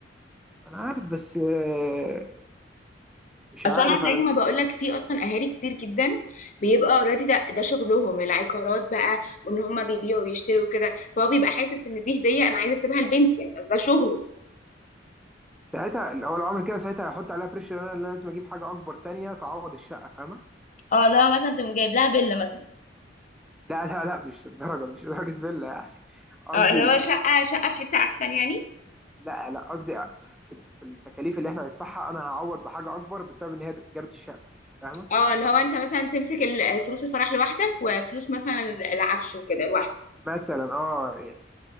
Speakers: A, in the centre; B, on the left.
A: انا عارف بس آه، مش
B: اصل
A: عارف
B: انا زي
A: انا مش
B: ما بقول لك في اصلا اهالي كتير جدا بيبقى اوريدي ده, ده شغلهم العقارات بقى وان هم بيبيعوا ويشتروا وكده فهو بيبقى حاسس ان دي هديه انا عايزه اسيبها لبنتي يعني اصل ده شغله
A: ساعتها لو لو عمل كده ساعتها هيحط عليها بريشر انا اللي لازم اجيب حاجه اكبر تانية تعوض الشقه فاهمه
B: اه لو مثلا تقوم جايب لها فيلا مثلا
A: لا لا لا مش للدرجه مش لدرجه فيلا يعني قصدي
B: اه اللي هو شقه شقه في حته احسن يعني
A: لا لا قصدي في في التكاليف اللي احنا هندفعها انا هعوض بحاجه اكبر بسبب ان هي جابت الشقه فاهمه
B: اه اللي هو انت مثلا تمسك ال- فلوس الفرح لوحدك وفلوس مثلا العفش وكده لوحدك
A: مثلا اه